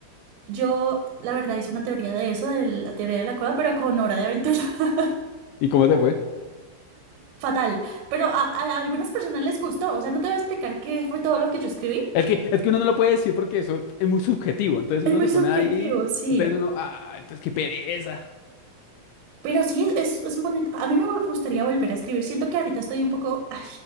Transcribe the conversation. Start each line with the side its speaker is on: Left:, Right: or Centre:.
Right: yo la verdad hice una teoría de eso, de la teoría de la cueva, pero con Hora de Aventura. <laughs>
Left: ¿Y cómo te fue?
Right: Fatal. Pero a, a algunas personas les gustó. O sea, no te voy a explicar qué fue todo lo que yo escribí.
Left: Es que, es que uno no lo puede decir porque eso es muy subjetivo. Entonces
Right: Es
Left: uno
Right: muy
Left: se
Right: subjetivo,
Left: pone ahí,
Right: sí.
Left: entonces uno, ah, entonces qué pereza.
Right: Pero sí, es, es, es bonito. A mí me vol- gustaría volver a escribir. Siento que ahorita estoy un poco ay,